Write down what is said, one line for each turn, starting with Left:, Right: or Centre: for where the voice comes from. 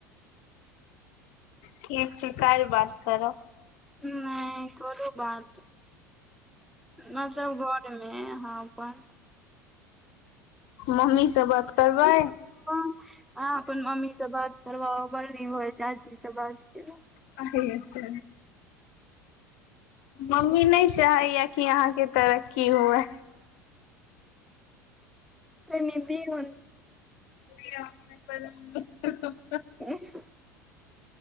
Left: ठीक छै कल्हि बात करऽ
Centre: नहि करू बात मतलब घर इने हँ अपन
Left: मम्मी से बात करबै
Centre: अहाँ अपन मम्मी से बात करबाउ बढ़ी होइ चाची से बात केला
Left: अेत <inaudible> मम्मी नहि चाहैया कि अहाँके तरक्की हुए
Centre: एमे भीरो नै
Left: <unintelligible>
Centre: <inaudible>